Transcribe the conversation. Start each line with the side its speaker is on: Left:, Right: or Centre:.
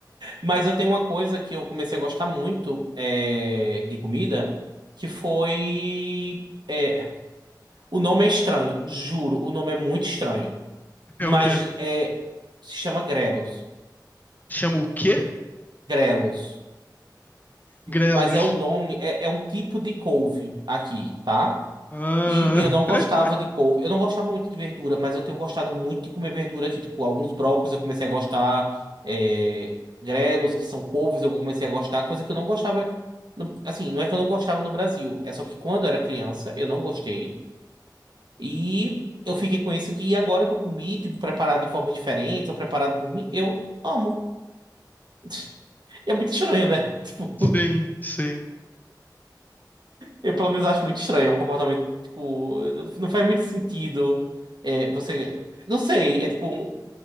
Right: Mas eu tenho uma coisa que eu comecei a gostar muito é, de comida, que foi. é, o nome é estranho, juro, o nome é muito estranho.
Left: É
Right: Mas
Left: o quê?
Right: é, se chama grelos.
Left: Chama o quê?
Right: Grelos.
Left: Grelos.
Right: Mas é o nome, é, é um tipo de couve aqui, tá?
Left: Ah,
Right: E eu não gostava
Left: <laughs>
Right: de couve. Eu não gostava muito de verdura, mas eu tenho gostado muito de comer verdura aqui. Tipo, alguns brócolis eu comecei a gostar. é, grelos, que são couves, eu comecei a gostar. Coisa que eu não gostava. no- assim, não é que eu não gostava no Brasil. É só que quando eu era criança, eu não gostei. E eu fiquei com isso aqui. E agora que eu comi, tipo, preparado de forma diferente, ou preparado por mim, eu amo. <laughs> E é muito estranho, né? <laughs> Tipo.
Left: sim, sim.
Right: Eu, pelo menos, acho muito estranho. É um comportamento, tipo, não faz muito sentido. É, você. Não sei, é tipo. um-